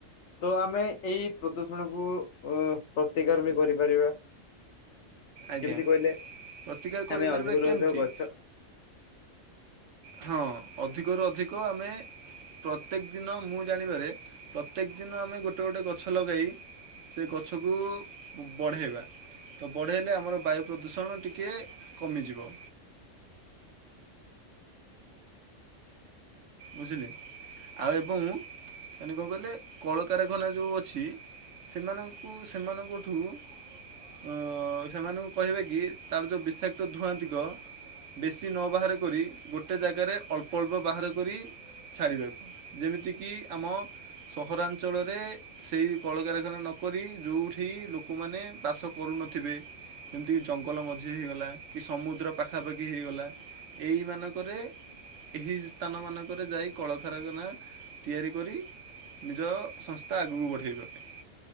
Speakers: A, on the left; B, on the right.
A: ତ ଆମେ ଏଇ ପ୍ରଦୂଷଣକୁୁ ଉଁ ପ୍ରତିକାର ବି କରିପାରିବା।
B: ଆଜ୍ଞା,
A: କେମିତି କହିଲେ
B: ପ୍ରତିକାର କରିପାରିବା
A: ଆମେ ଅଧିକରୁ
B: କେମିତି?
A: ଅଧିକ ଗଛ
B: ହଁ ଅଧିକରୁ ଅଧିକ ଆମେ ପ୍ରତ୍ୟେକ ଦିନ ମୁଁ ଜାଣିବାରେ ପ୍ରତ୍ୟେକ ଦିନ ଆମେ ଗୋଟେ ଗୋଟେ ଗଛ ଲଗାଇ ସେ ଗଛକୁ ବଢ଼େଇବା। ତ ବଢ଼େଇଲେ ଆମର ବାୟୁ ପ୍ରଦୂଷଣ ଟିକେ କମିଯିବ। ବୁଝିଲେ ଆଉ ଏବଂ ମାନେ କଣ କହିଲେ କଳ କାରଖାନା ଯୋଉ ଅଛି ସେମାନଙ୍କୁ ସେମାନଙ୍କଠୁ ଆଁ ସେମାନଙ୍କୁ କହିବା କି ତାର ଯେଉଁ ବିଷାକ୍ତ ଧୁଆଁଦିଗ ବେଶି ନ ବାହାର କରି ଗୋଟେ ଜାଗାରେ ଅଳ୍ପ ଅଳ୍ପ ବାହାର କରି ଛାଡ଼ିବାକୁ। ଯେମିତିକି ଆମ ସହରାଞ୍ଚଳରେ ସେଇ କଳ କାରଖାନା ନକରି ଯୋଉଠି ଲୋକମାନେ ବାସ କରୁନଥିବେ ଯେମିତିକି ଜଙ୍ଗଲ ମଝି ହେଇଗଲା କି ସମୁଦ୍ର ପାଖାପାଖି ହେଇଗଲା। ଏଇ ମାନଙ୍କରେ ଏହି ସ୍ଥାନ ମାନଙ୍କରେ ଯାଇ କଳ ଖାରଖାନା ତିଆରି କରି ନିଜ ସଂସ୍ଥା ଆଗକୁ ବଢ଼େଇଗଲେ।